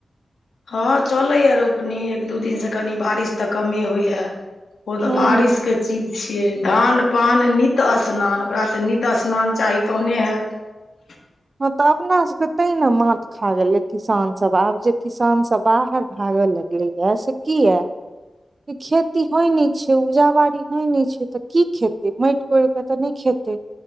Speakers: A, on the left; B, on the right.
A: हँ चलै या रोपनी एक दू दिन से कनी बारिस तऽ कमे होइया। ओ तऽ
B: हूँ
A: बारिस के चीज छियै धान पान नित स्नान ओकरा तऽ नित स्नान चाहि तहने हैत। <inaudible>
B: हँ तऽ, अपनासबके तै ने मात खा गेलै किसानसब आब जे किसानसब बाहर भागल क गेलैया से किए खेती होइ नै छै, उपजा बाड़ी होइ नै छै, तऽ कि खेतै माइट कोरि कऽ तऽ नै खेतै।